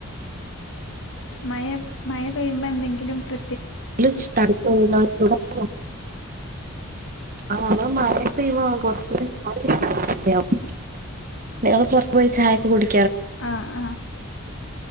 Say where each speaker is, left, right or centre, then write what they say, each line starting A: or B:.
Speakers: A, on the left; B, on the right.
A: മയ മയ പെയ്യുമ്പോ എന്തെങ്കിലും പ്ര
B: <unintelligible> ആ അവൻ മഴ പെയ്യുമ്പോൾ അവൻ പുറത്തൂടെ ചാ <unintelligible> പിന്നെ ഞങ്ങള് പുറത്ത് പോയി ചായയൊക്കെ കുടി
A: ആഹ് ആഹ്